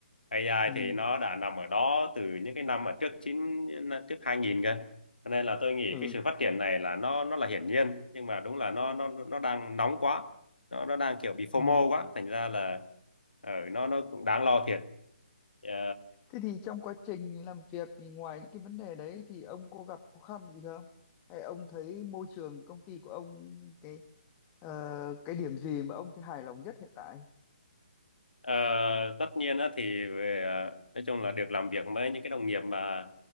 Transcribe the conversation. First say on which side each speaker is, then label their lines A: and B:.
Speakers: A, on the left (about 65°); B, on the left (about 20°).
A: AI
B: ừ
A: thì nó đã nằm ở đó từ những cái năm mà trước chín trước 2000 cơ cho nên là tôi nghĩ
B: ừ
A: cái sự phát triển này là nó nó là hiển nhiên nhưng mà đúng là nó nó nó đang nóng quá nó nó đang kiểu bị phô
B: ừ
A: mô quá thành ra là ở nó nó cũng đáng lo thiệt Ờ,
B: thế thì trong quá trình làm việc thì ngoài những cái vấn đề đấy thì ông có gặp khó khăn gì không hay ông thấy môi trường công ty của ông cái ờ, cái điểm gì mà ông thấy hài lòng nhất hiện tại
A: Ờ, tất nhiên á thì về ờ, nói chung là được làm việc với những cái đồng nghiệp mà